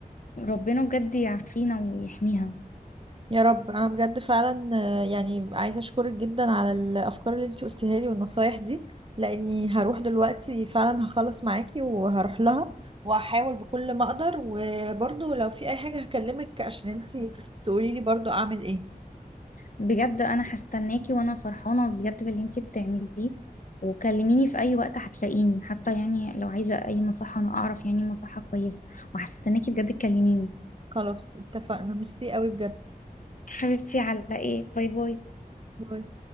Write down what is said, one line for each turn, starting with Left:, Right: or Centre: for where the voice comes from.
Left: ربنا بجد يعافينا ويحميها
Right: يا رب انا بجد فعلا آه، يعني عايزه اشكرك جدا على الافكار اللي انت قلتها لي والنصايح دي لاني هروح دلوقتي فعلا هخلص معاكي وهروح لها وهحاول بكل ما اقدر وبرضو لو في اي حاجه هكلمك عشان انت تقولي لي برضو اعمل ايه
Left: بجد انا هستناكي وانا فرحانه بجد باللي انتي بتعمليه وكلميني في اي وقت هتلاقيني حتى يعني لو عايزه اي مصحه انا اعرف يعني مصحه كويسه وهستناكي بجد تكلميني
Right: خلاص اتفقنا ميرسي قوي بجد
Left: حبيبتي على ايه باي باي
Right: باي